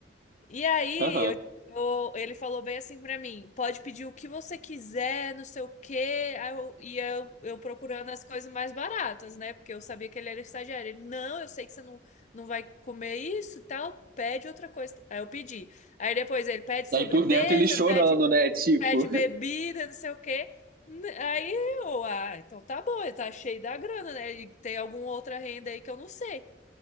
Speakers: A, on the left; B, on the right.
A: E aí,
B: Aham.
A: eu- eu- ele falou bem assim pra mim: pode pedir o que você quiser, não sei o quê. Aí eu, e eu, eu procurando as coisas mais baratas, né? Porque eu sabia que ele era estagiário. Ele: não, eu sei que você não, não vai comer isso e tal, pede outra coisa. Aí eu pedi. Aí depois ele pede sobremesa,
B: Aí por dentro ele chorando,
A: pede,
B: né? Tipo.
A: pede bebida, não sei o quê. N- Aí eu, ah, então tá bom, ele tá cheio da grana, né? E tem alguma outra renda aí que eu não sei.